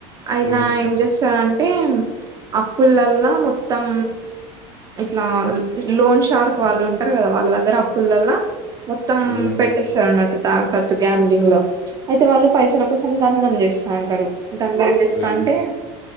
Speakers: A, on the right; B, on the left.
A: అయిన
B: హ్మ్.
A: ఏం చేస్తారంటే అప్పులల్లా మొత్తం ఇట్లా లోన్ షార్క్ వాళ్ళు ఉంటారు కదా వాళ్ళ దగ్గర అప్పులల్ల మొత్తం
B: హ్మ్.
A: పెట్టేస్తారు అన్నట్టు తాకత్తు గ్యామ్లింగ్ లో అయితే వాళ్ళు పైసలు దమ్ధమ్ చేస్తా అంటారు దమ్ దమ్ చేస్తా
B: హ్మ్.
A: అంటే